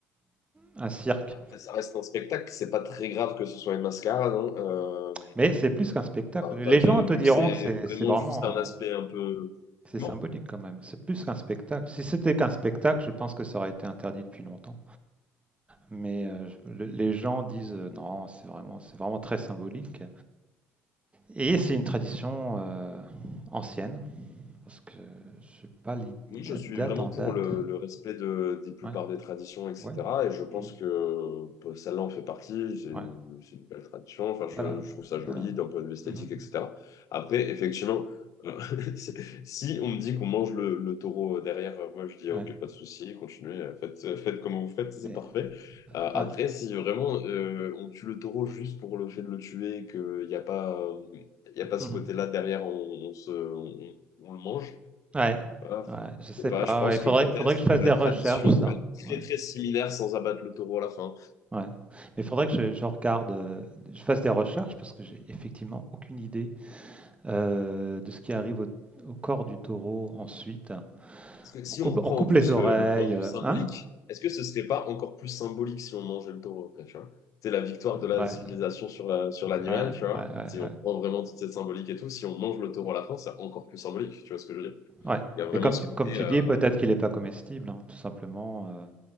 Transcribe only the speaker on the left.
Ouais. Après, ça reste un spectacle, c'est pas très grave que ce soit une mascarade, hein. Euh,
enfin,
en fait,
euh,
vu
que c'est
vraiment
juste un
aspect un peu...
Comment?
Oui, je
suis
vraiment
pour le, le respect de, des plupart
des traditions, etc.
Et je pense
que bah, celle-là en fait partie. C'est une
c'est une belle tradition. Enfin, je,
je trouve ça joli
d'un point de vue esthétique,
etc. Après, effectivement, euh, <laughs> c'est- si on me dit qu'on mange le, le taureau derrière, euh, moi je dis
ah, ok, pas de souci, continuez, euh, faites, euh, faites comme vous faites, c'est
parfait. Euh,
après, si vraiment euh, on tue le taureau juste pour le fait de le tuer, et qu'il n'y a pas, euh, il y a pas
ce côté-là derrière, on, on se, on on le mange.
euh,
je sais pas,
je pense
que
peut-être
que la
tradition
peut être
très très similaire sans abattre le taureau à la fin.
Parce que si
on reprend
en plus
le, le point de
vue symbolique,
est-ce que ce serait pas encore plus symbolique si on mangeait le taureau après, tu vois? C'est la victoire de la
civilisation sur la, sur l'animal,
tu vois?
Si on
prend vraiment toute cette symbolique et tout, si on mange le taureau à la fin, c'est encore plus symbolique, tu vois ce que je veux dire?
Il y a vraiment
ce
côté...
euh,